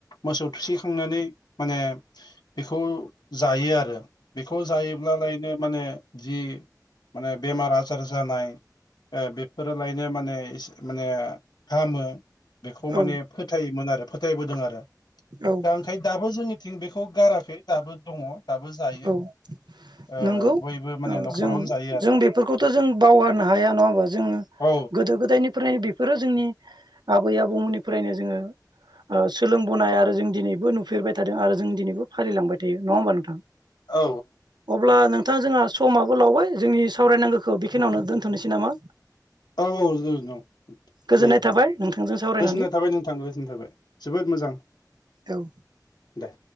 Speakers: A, on the left; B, on the right.
A: मोसौ थुसिखांनानै माने बेखौ जायो आरो बेखौ जायोब्लालायनो माने जि माने बेमार आजार जानाय ओ बेफोरलायनो माने माने हामो बेखौ माने
B: औ
A: फोथायोमोन आरो फोथायबोदों आरो
B: औ
A: दा ओंखाय दाबो जोंनि थिं बेखौ गाराखै दाबो दङ दाबो जायो
B: औ
A: ओ
B: नंगौ
A: बयबो माने न'खरावनो
B: जों
A: जायो आरो
B: जों बेफोरखौथ' जों बावगारनो हाया नङा होमबा जोङो
A: औ
B: गोदो गोदायनिफ्रायनो बेफोरो जोंनि आबै आबौमोननिफ्रायनो जोङो ओ सोलोंबोनाय आरो जों दिनैबो नुफेरबाय थादों दों आरो जों दिनैबो फालिलांबाय थायो नङा होमबा नोंथां
A: औ
B: अब्ला नोंथां जोंहा समाबो बोलावबाय जोंनि सावरायनांगौखौ बेखिनियावनो दोनथ'नोसै नामा
A: औ औ जों औ
B: गोजोननाय
A: जायो
B: थाबाय
A: जायो
B: नोंथांजों सावरायनानै
A: गोजोननाय थाबाय नोंथां गोजोननाय थाबाय जोबोद मोजां।
B: औ
A: दे